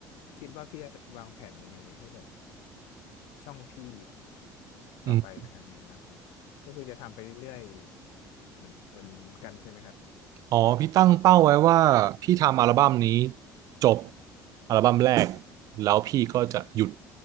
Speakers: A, on the left; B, on the right.
A: คิดว่าพี่จะวางแผนยังไงให้กับช่องพี่ต่อไปไหมครับในอนาคตก็คือจะทำไปเรื่อยๆเหมือนเหมือนเหมือนกันใช่ไหมครับ
B: อืมอ๋อพี่ตั้งเป้าไว้ว่าพี่ทำอัลบั้มนี้จบอัลบั้มแรกแล้วพี่ก็จะหยุด